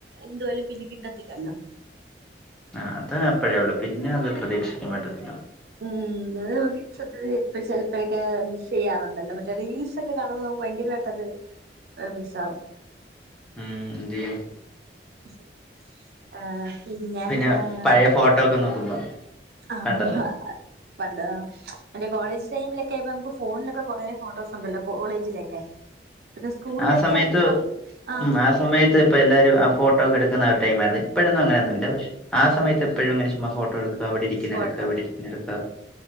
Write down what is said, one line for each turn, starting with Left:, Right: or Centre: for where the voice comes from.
Right: എന്തുവേലും പിന്നെ കിട്ടത്തില്ലല്ലോ.
Centre: ആഹ് അത് അപ്പഴേ ഉള്ളൂ പിന്നെ അത് പ്രതീക്ഷിക്കാൻ പറ്റത്തില്ലാ.
Right: ഉം അത് നമുക്ക് സത്യത്തി ചെലപ്പഴൊക്കെ മിസ്സ് ചെയ്യാറൊണ്ടല്ലോ മറ്റേ റീൽസ് ഒക്കെ കാണു അപ്പം നമ്മക്ക് ഭയങ്കരമായിട്ടത് ഏഹ് മിസ്സാവും.
Centre: ഉം <unintelligible>
Right: <inaudible> ആഹ്
Centre: പിന്നെ
Right: ആഹ്
Centre: പഴയ ഫോട്ടോ ഒക്കെ നോക്കുമ്പോ.
Right: ആഹ്
Centre: പണ്ടത്തെ
Right: അ പണ്ട് മറ്റേ കോളേജ് ടൈമിലൊക്ക ആയപ്പ നമ്മക്ക് ഫോണിലൊക്കെ കൊറെ ഫോട്ടോസ് ഉണ്ടല്ലോ കോളേജിലെയൊക്കെ പിന്നെ സ്കൂളിലൊക്കെ
Centre: ആ സമയത്ത്
Right: ആണെങ്കി നമ്മക് ആഹ്
Centre: ഉം ആ സമയത്ത് ഇപ്പ എല്ലാരും ആഹ് ഫോട്ടോ ഒക്കെ എടുക്കുന്ന ആ ഒരു ടൈമായിരുന്ന് ഇപ്പഴൊന്നും അങ്ങനെ ഒന്നും ഇല്ലാ പക്ഷെ ആ സമയത് എപ്പഴും അങ്ങനെ ചുമ്മാ ഫോട്ടോ എടു അവിടെ ഇരിക്കുന്ന
Right: ഫോട്ടോ
Centre: എടുക്കാ ഇവിടെ ഇരിക്കുന്നെ എടുക്കാ